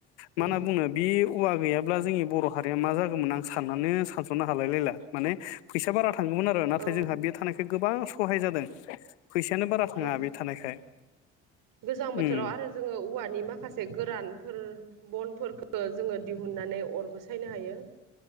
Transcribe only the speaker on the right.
उम
औ
उम
गोजां बोथोराव
आरो जोङो औवानि माखासे गोरान फोर बनफोरखौ जोङो दि ननानै अरबो सायनो हायो।